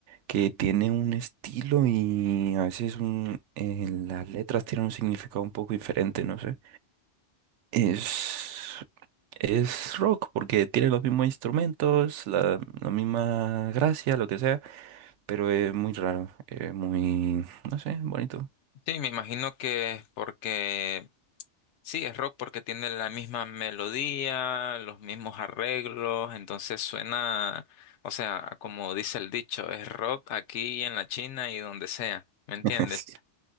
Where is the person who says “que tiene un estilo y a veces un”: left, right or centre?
Right